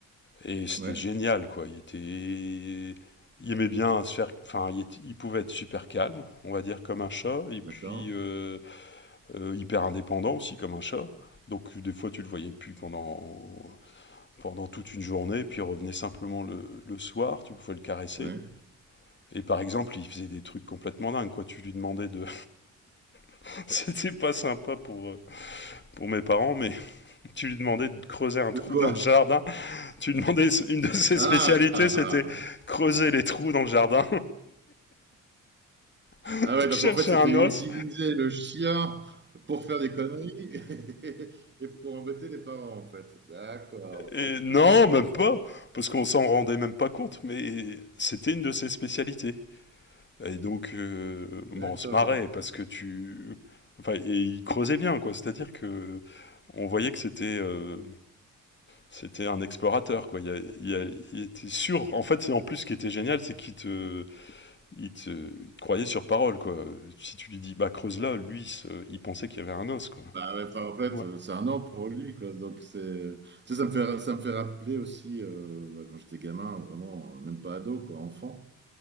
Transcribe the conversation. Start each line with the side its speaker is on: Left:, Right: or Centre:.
Left: Et c'était
Right: ouais,
Left: génial, quoi. Il était. Il aimait bien se faire. Enfin, il, était- il pouvait être super calme, on va dire, comme un chat, et puis
Right: d'accord.
Left: euh, euh, hyper indépendant aussi, comme un chat. Donc, des fois, tu le voyais plus pendant, pendant toute une journée, puis il revenait simplement le, le soir, tu pouvais le caresser.
Right: Ouais.
Left: Et par exemple, il faisait des trucs complètement dingues, quoi. Tu lui demandais de. <laughs> C'était pas sympa pour, euh, pour mes parents, mais <laughs> tu lui demandais de creuser un trou
Right: De quoi?
Left: dans le jardin Tu demandais une de ses
Right: Ah!
Left: spécialités, c'était creuser les trous dans le jardin <laughs>
Right: Ah
Left: pour
Right: ouais, donc
Left: chercher
Right: en fait, c'était
Left: un
Right: utiliser
Left: os.
Right: le chien pour faire des conneries <laughs> et pour embêter les parents, en fait. D'accord,
Left: Et
Right: ok,
Left: non,
Right: je vois.
Left: même pas, parce qu'on s'en rendait même pas compte, mais c'était une de ses spécialités. Et donc, euh, bon,
Right: D'accord.
Left: on se marrait parce que tu, enfin, et il creusait bien, quoi. C'est-à-dire que on voyait que c'était euh, c'était un explorateur, quoi. Il, a- il a- il était sûr. En fait, c'est en plus ce qui était génial, c'est qu'il te il te, il te croyait sur parole, quoi. Si tu lui dis, bah, creuse là, lui, il pensait qu'il y avait un os, quoi.
Right: Bah, ouais, enfin, en fait,
Left: Ouais.
Right: euh, c'est un an pour lui, quoi. Donc, c'est, tu sais, ça me fait, ça me fait rappeler aussi, euh, bah, quand j'étais gamin, vraiment, euh, même pas ado, quoi, enfant.